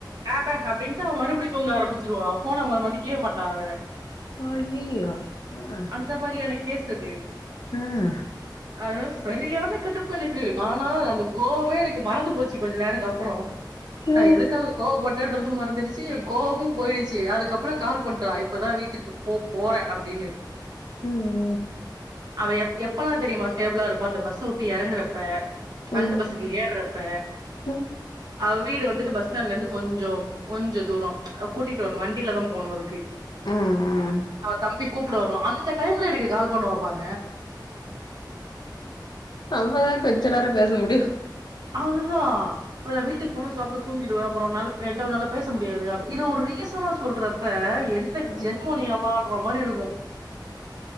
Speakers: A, on the right (about 60°); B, on the left (about 65°).
A: அ பே அப்டின்னுட்டு அவ மறுபடியு தூங்க ஆரம்பிச்சிருவா ஃபோன ம மதிக்கவே மாட்டா அவ
B: அய்யயோ அ
A: அந்த மாரியான கேஸ் அது
B: ம்
A: அதா சரியான கடுப்பு எனக்கு நானா அந்த கோவமே எனக்கு மறந்து போச்சு கொஞ்ச நேரோ அப்புறோ நா
B: ம்
A: எதுக்காக கோவ பட்டான்றதும் மறந்துடுச்சு கோவமும் போயிடுச்சு அதுக்கப்புறோ கால் பண்றா இப்பதா வீட்டுக்கு போ போற அப்டின்னு
B: ம்
A: அவ எப் எப்பெல்லா தெரியுமா ஸ்டேபிளா இருப்பா அந்த பஸ்ச உட்டு எறங்குறப்ப அடுத்த
B: ம் ம்
A: பஸுக்கு ஏர்றப்ப
B: ம்
A: அவ வீடு வந்துட்டு பஸ் ஸ்டாண்ட்ல இருந்து கொஞ்சோ கொஞ்சோ தூரோ கூட்டிட்டு வரணு வண்டியில தா போனும் அதுக்கு
B: ம் ம்
A: அவ தம்பி கூப்ட வருவா அந்த டைம்ல எனக்கு கால் பண்ணுவா பார
B: அப்பதான கொஞ்ச நேரோ பேச முடியு
A: அது தா இப்ப நா வீட்டு போன சாப்ட்டு தூங்கிடுவ அப்பறோ உன்னால என்ட்ட உன்னால பேச முடியாது இது ஒரு ரீசனா சொல்றா அப்ப என்ன
B: ம்
A: ஜென்மோ நீயெல்லான்ற மாரி இருக்கு